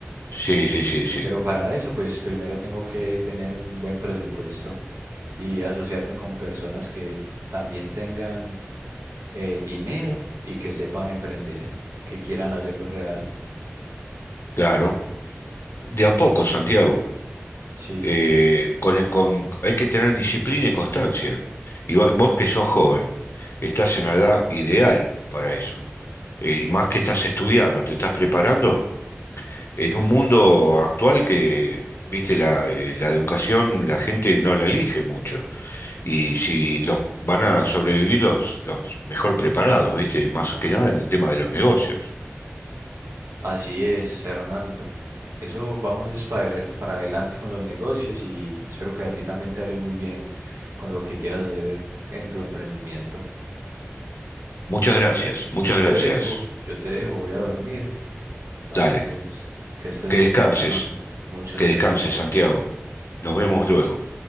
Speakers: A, on the left; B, on the right.
A: sí, sí, sí, sí,
B: Pero para eso, pues primero tengo que tener un buen presupuesto y asociarme con personas que también tengan eh, dinero y que sepan emprender, que quieran hacerlo real.
A: claro. De a poco, Santiago,
B: Sí,
A: eh,
B: sí,
A: con, el- con, hay que tener disciplina y constancia. Y va- vos que sos joven, estás en la edad ideal para eso. eh, y más que estás estudiando, te estás preparando en un mundo actual que, viste, la, eh, la educación la gente no la elige mucho. Y si los van a sobrevivir los, los mejor preparados, viste, más que nada en el tema de los negocios.
B: así es, Fernando. Eso vamos es para, el- para adelante con los negocios y espero que a ti también te vaya muy bien con lo que quieras hacer en tu emprendimiento.
A: Muchas gracias, muchas
B: Yo te
A: gracias.
B: dejo, yo te dejo, voy a dormir. Entonces,
A: Dale,
B: que estés
A: que
B: muy
A: descanses,
B: bien, Fernando. Muchas
A: que
B: gracias.
A: descanses, Santiago. Nos vemos luego.